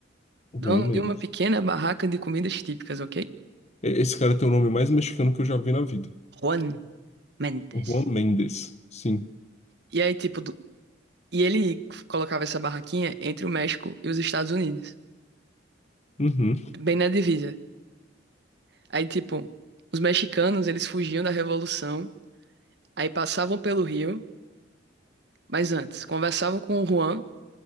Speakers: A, on the left (about 35°); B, on the right (about 60°).
A: Realmente.
B: dono de uma pequena barraca de comidas típicas, ok?
A: Esse cara tem o nome mais mexicano que eu já vi na vida.
B: Juan Mendes.
A: O Juan Mendes, sim.
B: E aí, tipo, do- e ele colocava essa barraquinha entre o México e os Estados Unidos,
A: Uhum.
B: bem na divisa. Aí, tipo, os mexicanos, eles fugiam da Revolução, aí passavam pelo Rio, mas antes, conversavam com o Juan,